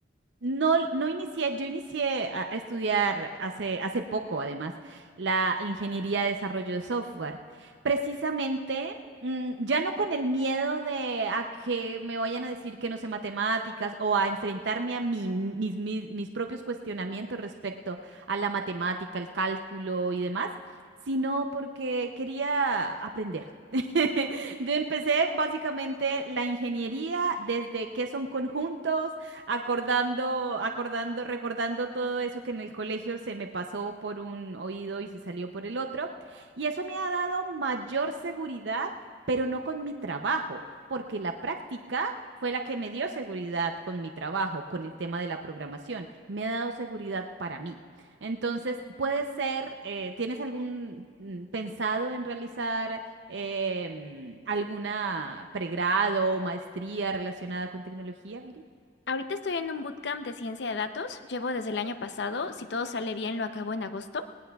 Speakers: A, on the right; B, on the left.
A: No, no inicié, yo inicié a, a estudiar hace, hace poco, además, la ingeniería de desarrollo de software. Precisamente, mm, ya no con el miedo de a que me vayan a decir que no sé matemáticas o a enfrentarme a mi- mis, mis, mis propios cuestionamientos respecto a la matemática, el cálculo y demás, sino porque quería aprender. <laughs> Yo empecé básicamente la ingeniería desde qué son conjuntos, Acordando, acordando, recordando todo eso que en el colegio se me pasó por un oído y se salió por el otro. Y eso me ha dado mayor seguridad, pero no con mi trabajo, porque la práctica fue la que me dio seguridad con mi trabajo, con el tema de la programación. Me ha dado seguridad para mí. Entonces, puede ser, eh, ¿tienes algún mm, pensado en realizar em, alguna pregrado o maestría relacionada con tecnología, Viri?
B: Ahorita estoy en un bootcamp de ciencia de datos, llevo desde el año pasado, si todo sale bien lo acabo en agosto,